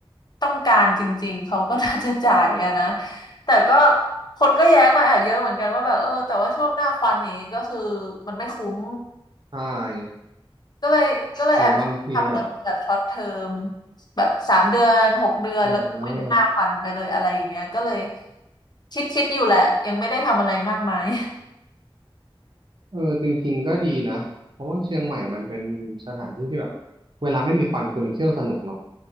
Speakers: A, on the left; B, on the right.
A: ต้องการจริงๆเขาก็น่าจะจ่ายอะนะแต่ก็คนก็แย้งมาแอบเยอะเหมือนกันว่าแบบเออแต่ว่าช่วงหน้าควันอย่างนี้ก็คือมันไม่คุ้ม
B: ใช่
A: ก็เลยก็เลยแอบทำเป็นแบบช็อตเทอม
B: หรือบางทีแบบ
A: แบบสามเดือนหกเดือนแล้วก็เว้นห้าวันไปเลยอะไรอย่างเงี้ยก็เลย
B: อ่า
A: คิดคิดอยู่แหละยังไม่ได้ทำอะไรมากมาย
B: เออจริงๆก็ดีนะ เพราะว่าเชียงใหม่มันเป็นสถานที่ที่แบบเวลาไม่มีควันคือมันเที่ยวสนุกเนาะ